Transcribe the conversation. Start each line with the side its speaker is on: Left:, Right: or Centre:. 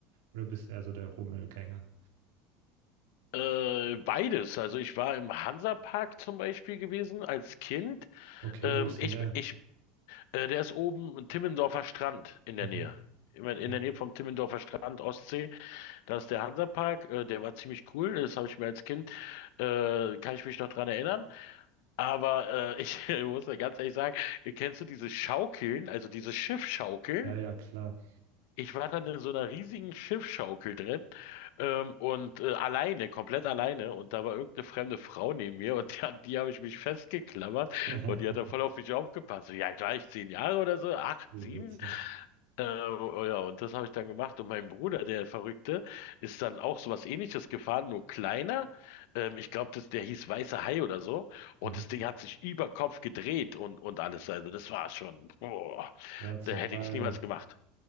Right: Oder bist du eher so der Rummelgänger?
Left: Äh, beides. Also ich war im Hansapark zum Beispiel gewesen als Kind.
Right: Okay,
Left: Ähm,
Right: wo ist
Left: ich,
Right: denn der?
Left: ich,
Right: <laughs>
Left: äh, der ist oben im Timmendorfer Strand in
Right: Mhm,
Left: der Nähe. Immer in
Right: Okay.
Left: der Nähe vom Timmendorfer Strand, Ostsee. Da ist der Hansapark. Äh, der war ziemlich cool. Das habe ich mir als Kind, äh, kann ich mich noch dran erinnern. Aber äh, ich <laughs> muss ja ganz ehrlich sagen, kennst du diese Schaukeln, also diese Schiffschaukeln?
Right: Ja, ja, klar.
Left: Ich war dann in so einer riesigen Schiffsschaukel drin ähm, und äh, alleine, komplett alleine. Und da war irgendeine fremde Frau neben mir und die, an die habe ich mich festgeklammert
Right: <laughs>
Left: und die hat dann voll auf mich aufgepasst. So, ja, gleich zehn Jahre oder so, acht,
Right: Wie
Left: sieben.
Right: witzig.
Left: Äh, oh ja, und das habe ich dann gemacht. Und mein Bruder, der Verrückte, ist dann auch so was Ähnliches gefahren, nur kleiner. Ähm, ich glaube, der hieß Weißer Hai oder so. Und
Right: Ja,
Left: das Ding hat sich über Kopf gedreht und, und alles. Also das war schon, boah,
Right: Ja, zum
Left: da hätte
Right: Teil
Left: ich niemals gemacht.